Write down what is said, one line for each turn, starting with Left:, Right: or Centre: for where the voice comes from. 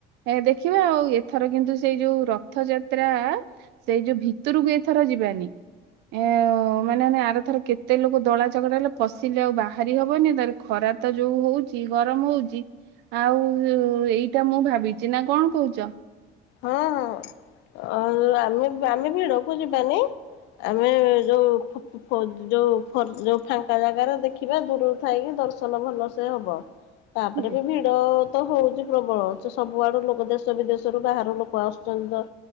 Right: ଏ ଦେଖିବା ଆଉ ଏଥର କିନ୍ତୁ ସେଇ ଯୋଉ ର ରଥଯାତ୍ରା ସେଇ ଯୋଉ ଭିତୁରୁକୁ ଏଇଥର ଯିବାନି। ଏ ମାନେ ଆମେ ଆର ଥର କେତେ ଲୋକ ଦଳା ଚକଟା ହେଲେ ଫସିଲେ ଆଉ ବାହାରି ହବନି ତାର ଖରା ତ ଯୋଉ ହଉଚି ଗରମ ହଉଚି। ଆଉ ଏଇଟା ମୁଁ ଭାବିଚି ନା କଣ କୋହୁଚ?
Left: ହଁ ହଁ ଆମେ ଆମେ ଭିଡକୁ ଯିବାନି ଆମେ ଯୋଉ ଯୋଉ ଫର ଯୋଉ ଫାଙ୍କା ଜାଗାରେ ଦେଖିବା ଦୂରରୁ ଥାଇକି ଦର୍ଶନ ଭଲସେ ହବ। ତାପରେ
Right: ହୁଁ
Left: ବି ଭି ଭିଡ଼ ତ ହୋଉଚି ପ୍ରବଳ ଯେ ସବୁଆଡୁ ଲୋକ ଦେଶ ବିଦେଶରୁୁ ବାହାର ଲୋକ ଆସୁଚନ୍ତି ଦ